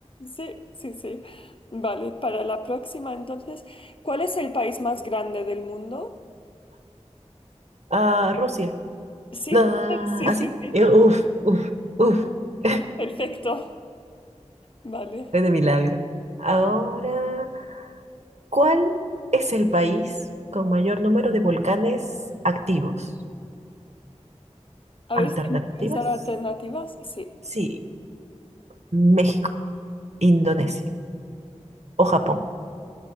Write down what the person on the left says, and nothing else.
Sí, sí, sí. Vale, para la próxima entonces, ¿cuál es el país más grande del mundo?
Sí,
<laughs> sí,
sí, sí.
Perfecto. Vale.
A ver
si me puedes dar alternativas. Sí.